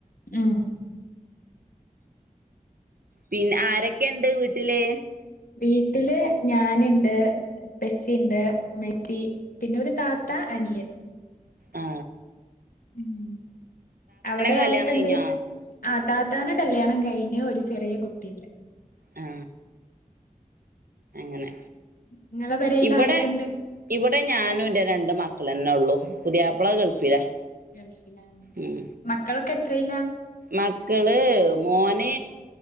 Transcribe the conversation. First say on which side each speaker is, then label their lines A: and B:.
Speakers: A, on the left (about 75°); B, on the right (about 80°).
A: ഉം
B: പിന്ന ആരൊക്കെ ഉണ്ട് വീട്ടില്
A: വീട്ടില് ഞാനുണ്ട് ഇപ്പച്ചിയിണ്ട് ഉമ്മച്ചി പിന്നെ ഒരു താത്ത അനിയൻ
B: ആ
A: ഉം അവിടെ
B: കല്യാണം
A: ആരക്കൊണ്ട്
B: കഴിഞ്ഞോ
A: ആ താ ത്താന കല്യാണം കഴിഞ്ഞു ഒരു ചെറിയ കുട്ടിയി
B: ആ അങ്ങനെ
A: ഇങ്ങളെ പെരേല്
B: ഇവിടെ
A: ആരൊക്കെണ്ട്
B: ഇവിടെ ഞാനും ഇന്റെ രണ്ട് മക്കളെന്നെ ഉള്ളൂ പുതിയാപ്പള ഗൾഫിലാ
A: ഗൾഫില
B: ഉം
A: മക്കള് ക്കെത്രയിലാ
B: മക്കള് മോന്